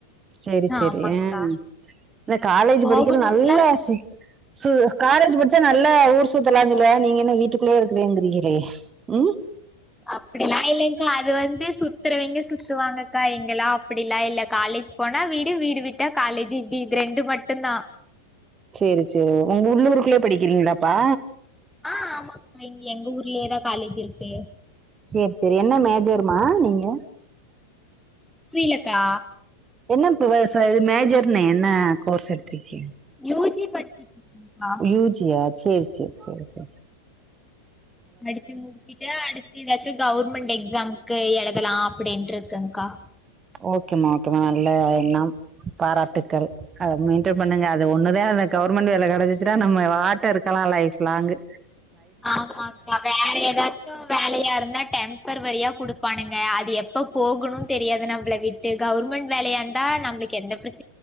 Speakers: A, on the right (about 20°); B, in the centre.
A: சேரி சேரி
B: ஆமாங்க்கா
A: ம் இந்த காலேஜ்
B: போகணும்லா
A: படிக்கிற நல்ல ஆசை சு காலேஜ் படிச்சா நல்லா ஊர் சுத்தலாம்ங நீங்க என்ன வீட்டுக்குள்ளே இருக்குறீங்கிறீங்களே ம்
B: அப்டிலாம் இல்லைக்கா அது வந்து சுத்துறவங்க சுத்துவாங்கக்கா எங்கெல்லாம் அப்டிலாம் இல்ல காலேஜ் போனா வீடு வீடு விட்டா காலேஜ் இடி இது ரெண்டு மட்டும்தான்
A: சேரி சேரி உங்க உள்ளூருக்குள்ளே படிக்கிறீங்களாப்பா
B: ஆஹ் ஆமாகா இங்க எங்க ஊர்லே தான் காலேஜ் இருக்கு
A: சேர் சேரி என்ன மேஜருமா நீங்க
B: புரிலகா
A: என்ன இ இ மேஜர்னு என்ன கோர்ஸ் எடுடுத்திருக்கே
B: யு ஜி படிச்சிட் ஆ
A: யூ ஜியா சேரி சேரி சேரி சேரி
B: படிச்சு முடிச்சுட்டு அடுத்து ஏதாச்சு கவுர்மெண்ட் எக்ஸாமுக்கு எழுதலா அப்டின்டு இருக்கேங்கா
A: ஓகேமா ஓகேமா நல்ல எண்ணம் பாராட்டுக்கள் அத மெயின்டைன் பண்ணுங்க அது ஒன்னுதா அந்த கவர்மெண்ட் வேல கெடச்சுச்னா நம்ம வாட்டு இருக்லா லைஃப் லாங்கு
B: ஆமாகா வேற எதா கு வேலையா இருந்தா டெம்பர்வரியா குடுப்பானுங்க அது எப்ப போகணுன் தெரியாது நம்ள விட் டு கவர்மெண்ட் வேலயா இருந்தா நம்ளுக்கு எந்த பிரச்